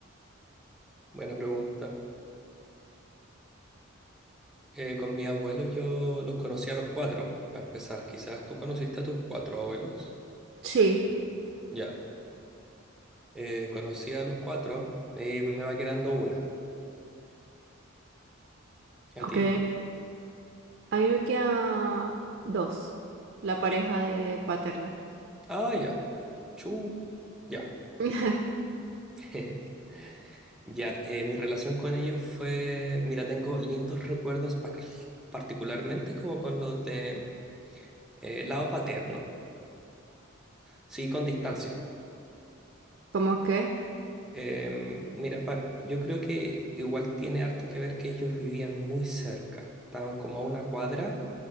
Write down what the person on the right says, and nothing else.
Sí,
ok.
A mí me queda dos, la pareja
de paterna.
<laughs>
¿Cómo qué